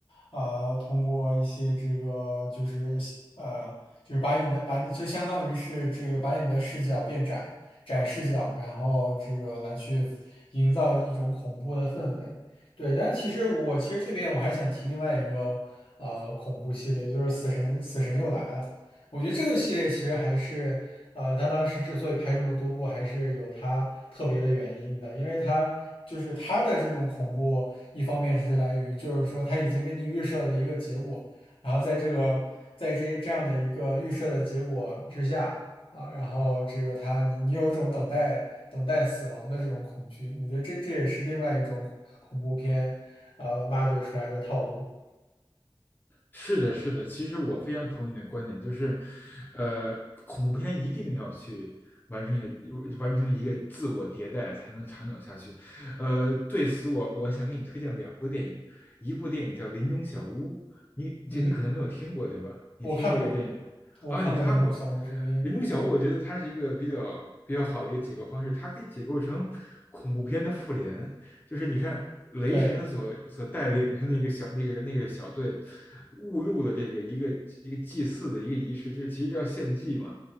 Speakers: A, on the left (about 75°); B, on the left (about 20°).
A: 呃，通过一些这个就是呃就是把你的把你就相当于是这个把你的视角变窄。窄视角，然后这个来去营造一种恐怖的氛围。对，但其实我其实这边我还想提另外一个呃恐怖系列，就是《死神死神又来了》。我觉得这个系列其实还是呃，他当时之所以拍这么多部，还是有他特别的原因的，因为他就是他的这种恐怖，一方面是来于就是说他已经给你预设了一个结果，然后在这个在这这样的一个预设的结果之下。啊，然后这个他，你你有一种等待等待死亡的这种恐惧，我觉得这这也是另外一种恐恐怖片，呃，挖掘出来的套路。
B: 是的，是的，其实我非常同意你的观点，就是，呃，恐怖片一定要去完成一个完成一个自我迭代，才能长久下去。呃，对此我我想给你推荐两部电影，一部电影叫《林中小屋》，你就你可能没有听过，
A: 嗯，
B: 对吧？你听过这个电影
A: 我看过，我看过《林中祥物》这部电影，
B: 啊？你看过《林中小屋》？
A: 对
B: 我觉得它是一个比较比较好的一个解构方式，它可以解构成恐怖片的复联，就是你看雷神所所带领的那个小那个那个小队，
A: 对，
B: 误入了这个一个一个祭祀的一个仪式，就是其实叫献祭嘛。